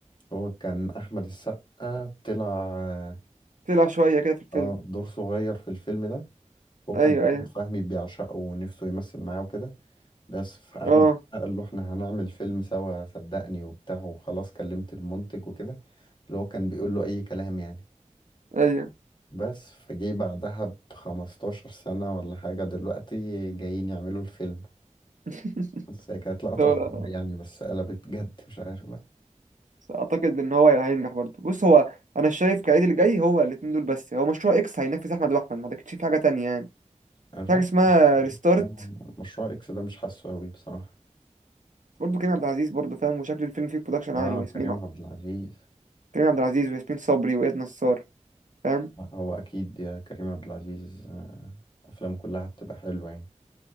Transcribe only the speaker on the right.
طلع شوية كده في الفيلم
أيوه
أيوه
أه
أيوه
<laughs>
هو
أعتقد إن هو هينجح برضه بص هو أنا شايف كعيد اللي جاي هو الاتنين دول بس هو مشروع إكس هينافس أحمد وأحمد ما أعتقدش في حاجة تانية يعني
في
حاجة اسمها
ريستارت
برضه كريم عبد العزيز برضه فاهم وشكل الفيلم فيه برودكشن
عالي وياسمين
كريم عبد العزيز وياسمين صبري وإياد نصار فاهم